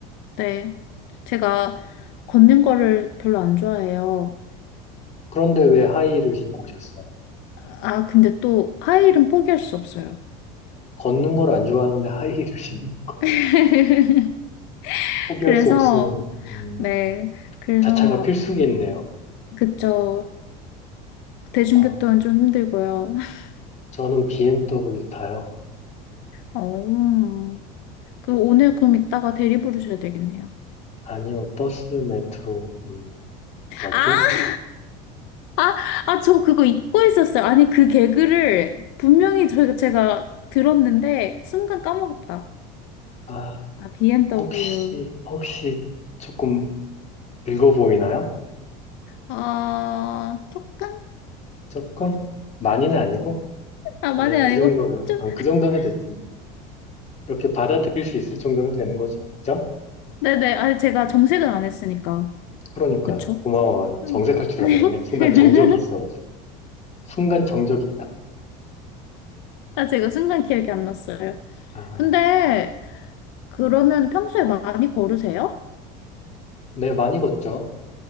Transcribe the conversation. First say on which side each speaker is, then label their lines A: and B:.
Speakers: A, on the left; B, on the left.
A: 네. 제가 걷는 거를 별로 안 좋아해요.
B: 그런데 왜 하이힐을 신고 오셨어요?
A: 아, 근데 또 하이힐은 포기할 수 없어요.
B: 걷는 걸 안 좋아하는데 하이힐을 신고 <laughs>
A: <laughs>
B: 포기할
A: 그래서,
B: 수 없으면, 음,
A: 네. 그래서
B: 자차가 필수겠네요.
A: 그쵸. 대중교통은
B: 아,
A: 좀 힘들고요. <laughs>
B: 저는 BMW 타요.
A: 어. 그 오늘 그럼 이따가 대리 부르셔야 되겠네요.
B: 아니요, 버스, 메트로, 음, 워킹?
A: 아, 아, 아, 저 그거 잊고 있었어요. 아니, 그 개그를 분명히 저, 제가 들었는데 순간 까먹었다.
B: 아,
A: 아, BMW.
B: 혹시, 혹시 조금 늙어 보이나요?
A: 아, 조금?
B: 조금? 많이는 아니고?
A: 아, 많이
B: 네,
A: 아니고
B: 그 정도면,
A: 좀.
B: 아, 그 정도면 됐지. 뭐. 이렇게 받아들일 수 있을 정도면 되는 거죠. 그죠?
A: 네네. 아니, 제가 정색은 안 했으니까.
B: 그러니까요.
A: 그쵸?
B: 고마워요.
A: 음.
B: 정색할 줄
A: <laughs>
B: 알았네. 순간 정적이 있어가지고. 순간 정적이 딱,
A: 아, 제가 순간 기억이 안 났어요.
B: 아,
A: 근데 그러면 평소에 많이 걸으세요?
B: 네, 많이 걷죠.